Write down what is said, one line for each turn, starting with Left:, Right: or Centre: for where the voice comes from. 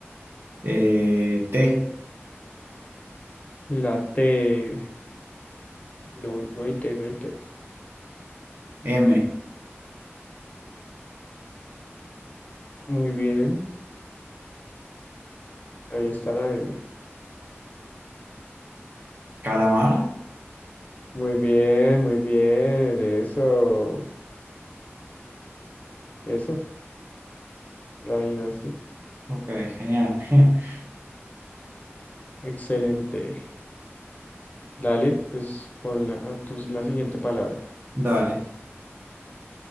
Right: Eh, T,
Left: La T. No, no hay T, no hay T.
Right: M,
Left: Muy bien, ahí está la M.
Right: calamar.
Left: Muy bien, muy bien, eso, eso, la adivinaste.
Right: Ok, genial. <laughs>
Left: Excelente. Dale, pues pon la, a tu- la siguiente palabra.
Right: Dale.